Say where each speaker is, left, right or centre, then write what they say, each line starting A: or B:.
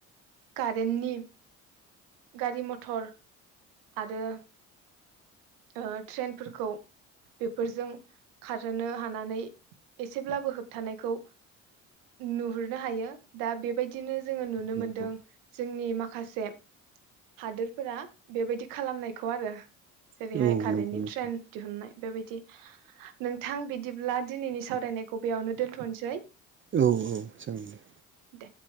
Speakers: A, on the right; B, on the right.
A: कारेन्टनि गारि मथर आरो ओ ट्रेनफोरखौ बेफोरजों खारहोनो हानानै एसेब्लाबो होबथानो हानायखौ नुहरनो हायो। दा बे बाय बिदिनो जोङो नुनो
B: नंगौ
A: मोन्दों जोंनि माखा माखासे हादोरफोरा बेबायदि खालामनायखौ आरो जेरैहाय
B: औ
A: खारेननि
B: नंगौ नोंथां
A: ट्रेन दिहुननाय बेबायदि नोंथां बिदिब्ला दिनैनि सावरायनायखौ बेयावनो दोन्थ'नोसै
B: औ औ जागोन दे
A: दे